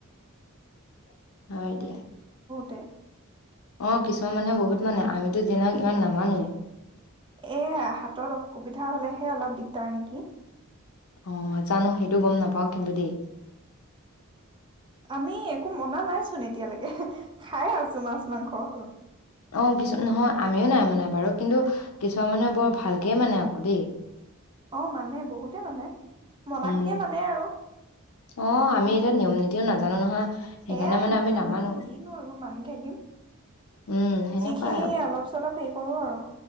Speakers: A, on the left; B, on the right.
A: <inaudible> হয় দিয়া
B: তে
A: অহঁ কিছুমান মানুহে বহুত মানে আমিতো যিমান হওঁক ইমান নামানোৱেই
B: এয়া হাতত অসুবিধা হলেহে অলপ দিগদাৰ নেকি।
A: অহ জানো সেইটো গম নাপাওঁ কিন্তু দেই।
B: আমি একো মনা নাইচোন এতিয়ালৈকে খাই আছো মাছ মাংস হোন
A: অ কিছু নহয় আমিও নাই মনা বাৰু কিন্তু কিছুমান মানুহে বৰ ভালকে মানে আকৌ দেই।
B: অ মানে বহুতে মানে মনা
A: উম
B: খিনিয়ে মানে আৰু
A: অ আমি এতিয়া নিয়ম নীতিও নাজানো নহয়। সেইকাৰণে
B: সেয়াই
A: মানে
B: নাজানো
A: আমি নামানো
B: কিনো এইবোৰ মানি থাকিম
A: উম সেনেকুৱাই
B: যিখিনি অলপ চলপ পে' কৰোঁ আৰু